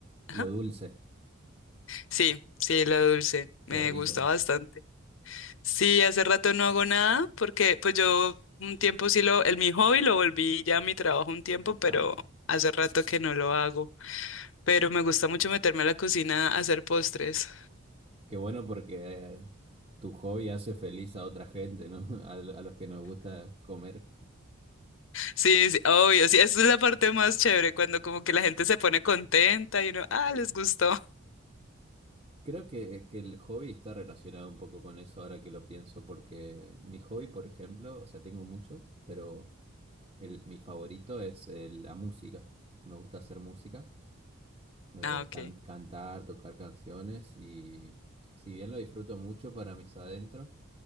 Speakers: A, on the left (about 65°); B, on the right (about 25°).
A: ajá.
B: lo dulce,
A: Sí, sí, la dulce,
B: qué
A: me
B: rico.
A: gusta bastante. Sí, hace rato no hago nada porque pues yo un tiempo sí lo, el mi hobby lo volví ya mi trabajo un tiempo, pero
B: Ah,
A: hace rato que no lo hago. Pero me gusta mucho meterme a la cocina a hacer postres.
B: qué bueno porque eh, tu hobby hace feliz a otra gente, ¿no? <laughs> A, a los que nos gusta comer.
A: Sí, sí, obvio, sí, esa es la parte más chévere cuando como que la gente se pone contenta y uno, ah, les gustó. <laughs>
B: Creo que, que el hobby está relacionado un poco con eso ahora que lo pienso, porque mi hobby, por ejemplo, o sea, tengo muchos, pero el, mi favorito es eh, la música. Me gusta hacer música, eh,
A: Ah, ok.
B: can- cantar, tocar canciones y si bien lo disfruto mucho para mis adentros,